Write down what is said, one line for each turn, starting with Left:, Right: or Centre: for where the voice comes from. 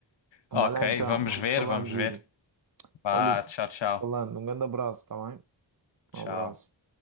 Right: Vai
Left: Ok,
Right: lá então,
Left: vamos
Right: vamos
Left: ver,
Right: falando,
Left: vamos
Right: Yuri.
Left: ver. Vá,
Right: Olha,
Left: tchau, tchau.
Right: vamos falando. Um grande abraço, tá bem?
Left: Tchau.
Right: Um abraço.